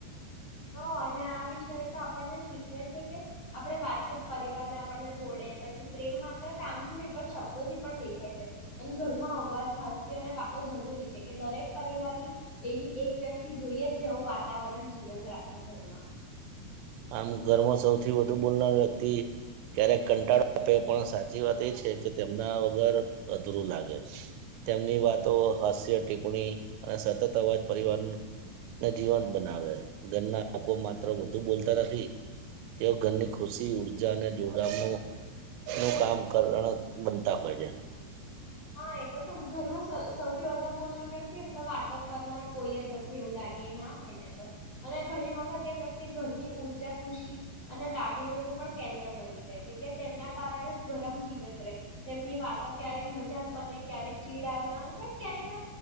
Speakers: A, on the left (about 50°); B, on the right (about 85°).
A: હ અને આ વિષય તો આપણને શીખવે છે કે આપણે વાતચીત પરિવારને આપણને જોડે પછી પ્રેમ માત્ર કામથી નહી પણ શબ્દો થી પણ દેખાય છે અને ઘરમાં અવાજ હાસ્ય અને વાતો જરૂરી છે કે દરેક પરિવારની એવી એક વ્યક્તિ જોઈએ જ જેવું વાતાવરણ જીવંત રાખે ઘરમાં.
B: આમ ઘર સૌથી વધુ બોલનાર વ્યક્તિ ક્યારેક કંટાળો આપે પણ સાચી વાત એ છે કે તેમના વગર અધૂરું લાગે તેમની વાતો હાસ્ય ટિપ્પણી અને સતત અવાજ પરિવારને જીવંત બનાવે ઘરના લોકો માત્ર વધુ બોલ <unintelligible> તેઓ ઘરની ખુશી ઉર્જા અને જોડાયે નું કામ કરણ બનતા હોય છે.
A: હા એ તો છે ઘરમાં સૌ વધર બોલનાર વ્યક્તિ હોય ને તો વાતો કરનાર કોઈ જ નથી એવું લાગે ના હોય ને તો અને ઘણી વખત એ વ્યક્તિ ઘરની ઊર્જા ખુશી અને લાગણીઓનું પણ કેન્દ્ર બની જે છે કે તેમના કારણે જ ઘરે જીવંત રહે તેમની વાતો ક્યારેક મજાક બને ક્યારેક ચીડ આવે <unintelligible> ક્યારેક